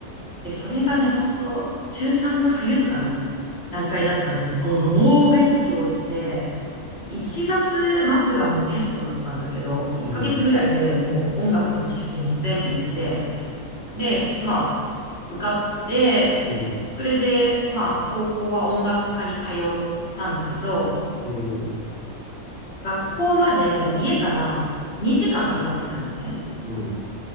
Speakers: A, on the left; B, on the right.
A: で、それがね、本当中3の冬とかの段階だったんだけど、もう猛勉強して、
B: あ、
A: 1月末がもうテストだったんだけど、1ヶ月ぐらいでもう音楽の知識も全部入れて、
B: うん。
A: で、まあ、受かって、
B: うん。
A: それで、まあ、高校は音楽科に通ったんだけど、
B: おー。
A: 学校まで家から2時間かかってたのね。
B: うん。